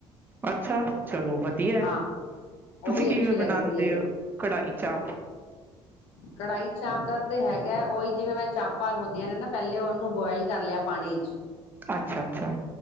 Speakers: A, on the right; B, on the left.
A: ਅੱਛਾ ਚਲੋ ਵਧੀਆ
B: ਹਾਂ ਉਹ
A: ਤੁਸੀਂ
B: ਵੀ
A: ਕਿਵੇਂ
B: ਅੱਛੀ
A: ਬਣਾਉਂਦੇ
B: ਲੱਗਦੀ ਹੈਗੀ
A: ਹੋ ਕੜਹੀ ਚਾ
B: ਕੜਾਹੀ ਚਾਂਪ ਦਾ ਤੇ ਹੈਗਾ ਉਹੀ ਜਿਵੇਂ ਮੈਂ ਚਾਂਪਾਂ ਹੁੰਦੀਆਂ ਨੇ ਨਾ ਪਹਿਲੇ ਉਹਨੂੰ ਬੁਆਇਲ ਕਰ ਲਿਆ ਪਾਣੀ ਚ
A: ਅੱਛਾ ਅੱਛਾ